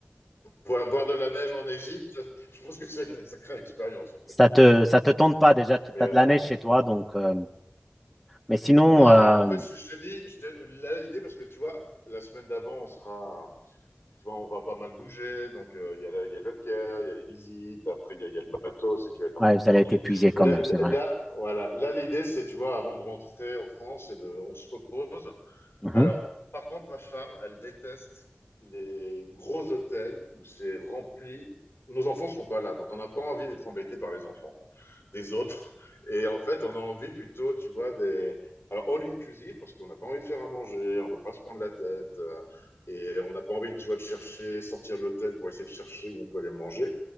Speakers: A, on the left (about 70°); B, in the centre.
A: Voir, voir de la neige en Égypte, <laughs> je pense que c'est une sacrée expérience en fait.
B: Ça te, ça te tente pas déjà, tu
A: Mais
B: as
A: euh,
B: de la neige chez toi, donc. euh, mais sinon,
A: Non, en
B: euh,
A: fait, je, je te dis, je te, là, l'idée, parce que tu vois, la semaine d'avant, on sera, tu vois, on va pas mal bouger. Donc, euh, il y a, la- il y a le Caire, il y a les visites, après, il y a, il y a le bateau, c'est qui va être un
B: ouais,
A: peu plus
B: vous
A: tranquille.
B: allez être épuisé quand
A: Mais là,
B: même,
A: là,
B: c'est vrai.
A: voilà, là, l'idée, c'est, tu vois, avant de rentrer en France, c'est de, on se repose.
B: Mhm,
A: Alors, par contre, ma femme, elle déteste les gros hôtels où c'est rempli. Nos enfants sont pas là, donc on n'a pas envie d'être embêtés par les enfants des autres. Et en fait, on a envie plutôt, tu vois, des. Alors, all inclusive, parce qu'on n'a pas envie de faire à manger, on ne veut pas se prendre la tête. euh, et on n'a pas envie, tu vois, de chercher, sortir de l'hôtel pour essayer de chercher où on peut aller manger.